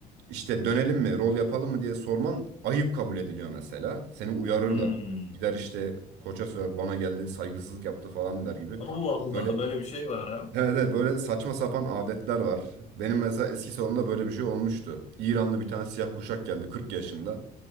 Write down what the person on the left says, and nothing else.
Hmm.
Allah Allah
böyle bir şey var ha.